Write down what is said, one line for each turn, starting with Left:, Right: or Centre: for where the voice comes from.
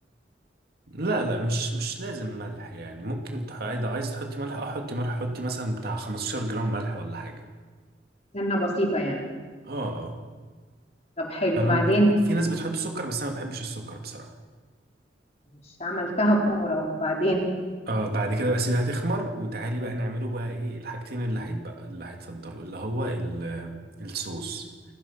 Right: لا لا مش مش لازم ملح يعني ممكن تح- عايزة عايزة تحطي ملح اه حطي ملح حطي مثلا بتاع 15 جرام ملح ولا حاجة
Left: سنه بسيطه يعني
Right: اه اه
Left: طب حلو
Right: انا
Left: وبعدين
Right: في ناس بتحط سكر بس انا ما بحبش السكر بصراحة
Left: مش عملتها كوره وبعدين
Right: اه بعد كده بقى سيبها تخمر وتعالي بقى نعمله بقى ايه الحاجتين اللي هيتبقى اللي هيتفضلوا اللي هو ال- الصوص